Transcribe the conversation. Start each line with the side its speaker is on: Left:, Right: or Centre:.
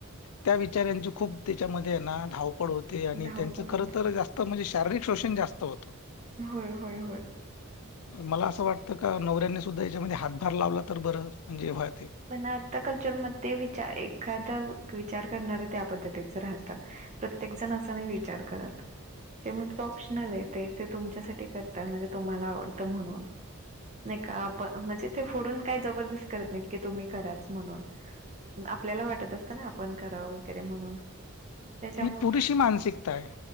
Left: त्या विचऱ्यांची खूप त्याच्यामध्ये ना धावपड होते आणि
Right: धावपळ
Left: त्यांच खर
Right: होते
Left: स्त म्हणजे शारीरिक शोषण जास्त होत.
Right: होय होय होय.
Left: मला असं वाटतं का नवऱ्यांनी सुद्धा याच्यामध्ये हातभार लावला तर बरं म्हणजेव ते
Right: पण आता कल्चरमध्ये विचार एखादा विचार करणारं त्या पद्धतीच राहतं. प्रत्येक जण असा नाही विचार करत. ते म्हण तो ऑप्शनल येते ते तुमच्यासाठी करताय म्हणजे तुम्हाला आवडतं म्हणून नाही का आपण म्हणजे ते फोडून काय जबरदस्त करत नाहीत की तुम्ही कराच म्हणून आपल्याला वाटत असतं ना आपण करावं वगैरे म्हणून मग त्याच्यामु
Left: ही पुरेशी मानसिकता आहे